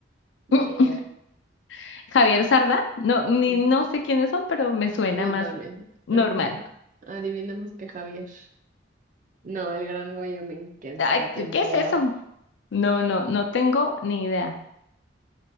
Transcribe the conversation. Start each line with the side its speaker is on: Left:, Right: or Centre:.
Right: Ni
Left: <laughs>
Right: idea.
Left: Javier Sarda, no, ni,
Right: Mm,
Left: no sé quiénes son, pero me suena
Right: Yo
Left: más
Right: también.
Left: normal.
Right: Ajá. Adivinemos que Javier. No, el Gran Wyoming, quién
Left: Ay,
Right: sabe quién
Left: ¿qué
Right: sea.
Left: es eso? No, no, no tengo ni idea.